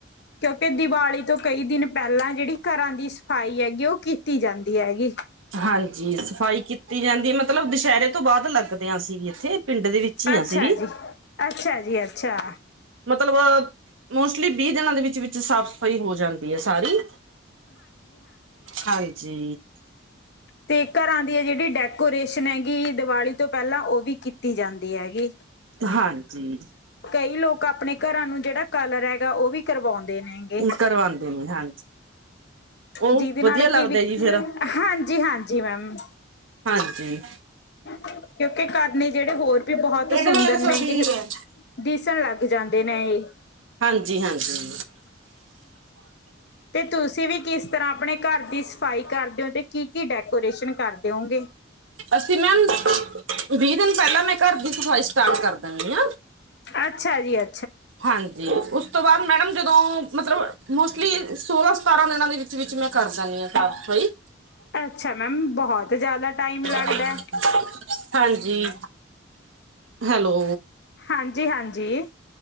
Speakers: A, on the left (about 55°); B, on the right (about 75°).
A: ਕਿਉਂਕਿ ਦੀਵਾਲੀ ਤੋਂ ਕਈ ਦਿਨ ਪਹਿਲਾਂ ਜਿਹੜੀ ਘਰਾਂ ਦੀ ਸਫ਼ਾਈ ਹੈਗੀ, ਉਹ ਕੀਤੀ ਜਾਂਦੀ ਹੈਗੀ ਜੀ।
B: ਹਾਂਜੀ ਸਫ਼ਾਈ ਕੀਤੀ ਜਾਂਦੀ, ਮਤਲਬ ਦੁਸਹਿਰੇ ਤੋਂ ਬਾਅਦ ਲੱਗਦੇ ਹਾਂ ਅਸੀਂ ਵੀ ਇੱਥੇ ਪਿੰਡ ਦੇ ਵਿੱਚ। ਹੀ ਹਾਂ
A: ਅੱਛਾ
B: ਅਸੀਂ ਵੀ
A: ਜੀ, ਅੱਛਾ ਜੀ ਅੱਛਾ।
B: ਮਤਲਬਹ ਮੋਸਟਲੀ ਵੀਹ ਦਿਨਾਂ ਦੇ ਵਿੱਚ ਵਿੱਚ-ਵਿੱਚ ਸਾਫ਼ ਸਫ਼ਾਈ ਹੋ ਜਾਂਦੀ ਹੈ ਸਾਰੀ ਹਾਂਜੀ।
A: ਤੇ ਘਰਾਂ ਦੀਆ ਜਿਹੜੀ ਡੈਕੋਰੇਸ਼ਨ ਹੈਗੀ, ਦੀਵਾਲੀ ਤੋਂ ਪਹਿਲਾਂ ਉਹ ਵੀ ਕੀਤੀ ਕੀਤੀ ਜਾਂਦੀ ਹੈਗੀ।
B: ਹਾਂਜੀ
A: ਕਈ ਲੋਕ ਆਪਣੇ ਘਰਾਂ ਨੂੰ ਜਿਹੜਾ ਕਲਰ ਹੈਗਾ ਉਹ ਵੀ ਕਰਵਾਉਂਦੇ ਨੇ ਹੈਗੇ।
B: ਕਰਵਾਉਂਦੇ ਨੇ ਹਾਂਜੀ ਉਹ
A: ਜਿਹਦੇ
B: ਵਧੀਆ
A: ਨਾਲ
B: ਲੱਗਦਾ
A: ਕਿ
B: ਜੀ ਫੇਰ
A: ਹਾਂਜੀ। ਹਾਂਜੀ-ਹਾਂਜੀ ਮੈਮ
B: ਹਾਂਜੀ
A: ਕਿਉਂਕਿ ਘਰ ਨੇੇ ਜਿਹੜੇ ਹੋਰ ਵੀ ਬਹੁਤ
B: ਇਹਦਾ
A: ਸੁੰਦਰ
B: ਮਤਲਬ
A: ਨੇ
B: ਤੁਹਾਡੀ
A: ਕਿਹ
B: ਹੈ
A: ਦਿਸਣ ਲੱਗ ਜਾਂਦੇ ਨੇ ਇਹ
B: ਹਾਂਜੀ-ਹਾਂਜੀ। <inaudible>
A: ਤੇ ਤੁਸੀਂ ਵੀ ਕਿਸ ਤਰ੍ਹਾਂ ਆਪਣੇ ਘਰ ਦੀ ਸਫਾਈ ਕਰਦੇ ਹੋ ਤੇ ਕੀ ਕੀ ਡੈਕੋਰੇਸ਼ਨ ਕਰਦੇ ਹੋਗੇ।
B: ਅਸੀਂ ਮੈਮ ਵੀਹ ਦਿਨ ਪਹਿਲਾਂ ਮੈਂ ਘਰ ਦੀ ਸਫ਼ਾਈ ਸਟਾਰਟ ਕਰ ਦਣੀ ਆ।
A: ਅੱਛਾ ਜੀ ਅ
B: ਹਾਂਜੀ ਉਸ ਉਸ ਤੋਂ ਬਾਅਦ ਮੈਡਮ ਜਦੋਂ, ਮਤਲਬ ਮੋਸਟਲੀ ਸੋਲਾਂ ਸਤਾਰਾਂ ਦਿਨਾਂ ਦੇ ਵਿੱਚ-ਵਿੱਚ ਮੈਂ ਕਰ ਦਦੀ ਹਾਂ ਸਾਫ਼, ਸਫ਼ਾਈ।
A: ਅੱਛਾ ਮੈਮ ਬਹੁਤ ਜ਼ਿਆਦਾ ਟਾਈਮ ਲੱਗਦਾ।
B: <inaudible> ਹਾਂਜੀ। ਹੈਲੋ
A: ਹਾਂਜੀ-ਹਾਂਜੀ।